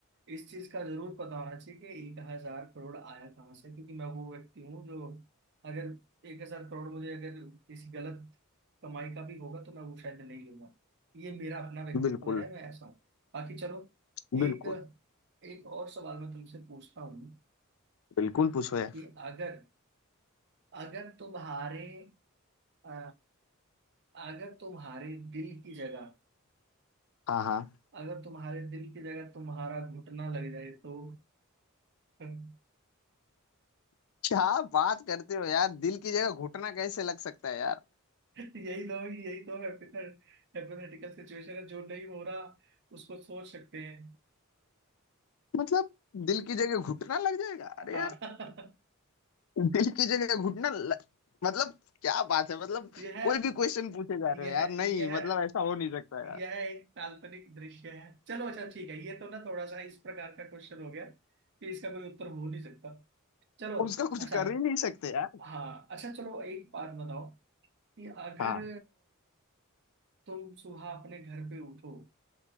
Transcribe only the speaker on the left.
बिल्कुल
बिल्कुल
बिल्कुल पूछो यार
हाँ हाँ
क्या बात करते हो यार दिल की जगह घुटना कैसे लग सकता है यार
मतलब दिल की जगह घुटना लग जाएगा अरे
दिल की जगह घुटना ल- मतलब क्या बात है मतलब
कोई भी क्वेश्चन पूछे जा रहे
हो यार नहीं
मतलब ऐसा हो नहीं सकता
यार
उसका कुछ
कर ही नहीं सकते यार
हाँ